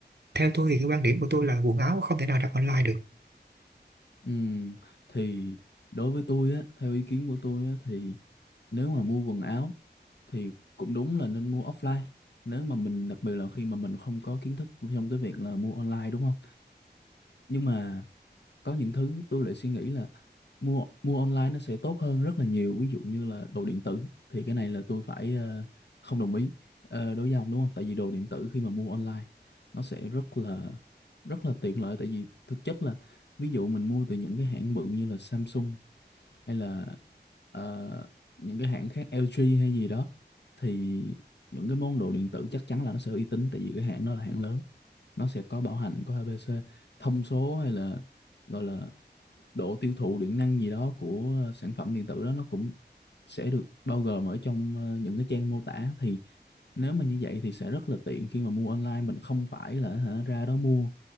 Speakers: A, on the right; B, on the left.
A: theo tôi thì cái quan điểm của tôi là quần áo không thể nào đặt online được
B: Ừm, thì đối với tôi á, theo ý kiến của tôi á, thì nếu mà mua quần áo thì cũng đúng là nên mua offline. Nếu mà mình đặc biệt là khi mà mình không có kiến thức trong cái việc là mua online đúng không? Nhưng mà có những thứ tôi lại suy nghĩ là mua mua online nó sẽ tốt hơn rất là nhiều ví dụ như là đồ điện tử thì cái này là tôi phải ờ, không đồng ý ờ, đối với ông đúng không tại vì đồ điện tử khi mà mua online nó sẽ rất là rất là tiện lợi tại vì thực chất là ví dụ mình mua từ những cái hãng bự như là Samsung hay là ờ, những cái hãng khác LG hay gì đó thì những cái món đồ điện tử chắc chắn là nó sẽ uy tín tại vì cái hãng đó là hãng lớn nó sẽ có bảo hành có ABC thông số hay là gọi là độ tiêu thụ điện năng gì đó của ờ, sản phẩm điện tử đó nó cũng sẽ được bao gồm ở trong ờ, những cái trang mô tả thì nếu mà như vậy thì sẽ rất là tiện khi mà mua online mình không phải là hả, ra đó mua